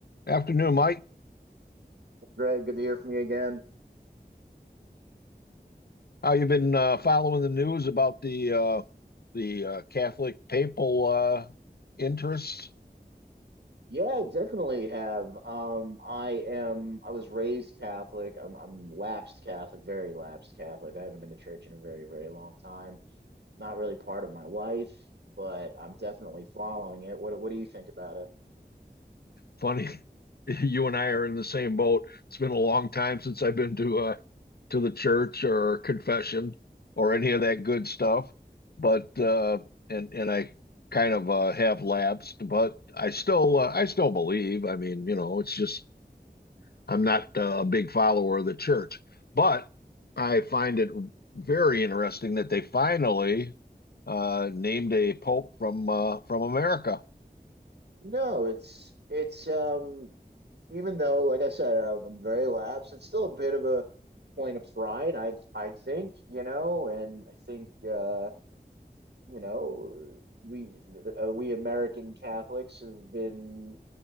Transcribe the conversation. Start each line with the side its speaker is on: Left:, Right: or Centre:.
Left: Afternoon, Mike.
Right: Greg, good to hear from you again.
Left: How you been uh, following the news about the uh, the uh, Catholic papal uh, interests?
Right: Yeah, I definitely have. Um, I am. I was raised Catholic. I'm, I'm lapsed Catholic, very lapsed Catholic. I haven't been to church in a very, very long time. Not really part of my life, but I'm definitely following it. What What do you think about it?
Left: Funny, <laughs> you and I are in the same boat. It's been a long time since I've been to uh, to the church or confession or any of that good stuff. But uh, and and I kind of uh, have lapsed, but I still uh, I still believe. I mean, you know, it's just I'm not uh, a big follower of the church, but I find it very interesting that they finally uh, named a pope from uh, from America.
Right: No, it's it's um even though, like I said, uh, I'm very lapsed. It's still a bit of a point of pride, I I think, you know, and I think uh, you know, we uh, we American Catholics have been